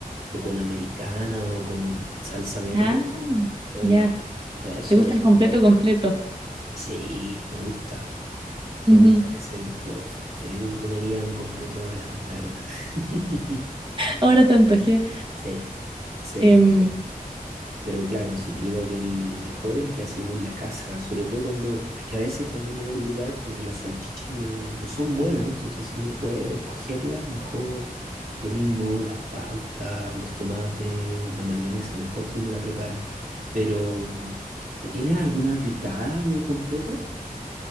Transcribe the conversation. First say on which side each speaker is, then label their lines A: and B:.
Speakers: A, on the right; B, on the right.
A: o con americana o con salsa verde.
B: ah,
A: Creo
B: ya,
A: que todo eso,
B: te gusta
A: así
B: el completo
A: como que
B: completo.
A: sí, me gusta, me
B: Ujú.
A: gusta ese. Uf, feliz me comería un completo ahora, la verdad. <laughs>
B: Ahora te antojé.
A: Sí, sí,
B: <laughs> Em,
A: pero, pero claro, sí creo que el mejor el que hace uno en la casa, sobre todo cuando, porque a veces cuando uno va a un lugar como que las salchichas no, no son buenas, entonces si uno puede escogerlas, mejor. Lo mismo, las paltas, los tomates o la mayonesa, mejor si uno la prepara. Pero, ¿tienes alguna picada de completo?